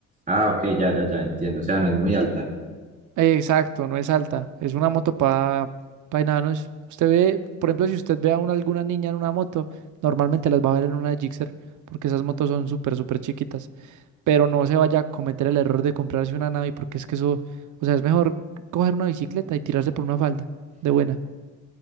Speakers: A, on the right; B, on the right.
A: Ah, ok, ya, ya, ya, entiendo. O sea, no es muy alta.
B: Exacto, no es alta. Es una moto para pa enanos. Usted ve, por ejemplo, si usted ve a una, alguna niña en una moto, normalmente las va a ver en una Gixxer, porque esas motos son súper, súper chiquitas. Pero no se vaya a cometer el error de comprarse una Navi, porque es que eso, o sea, es mejor coger una bicicleta y tirarse por una falda de buena.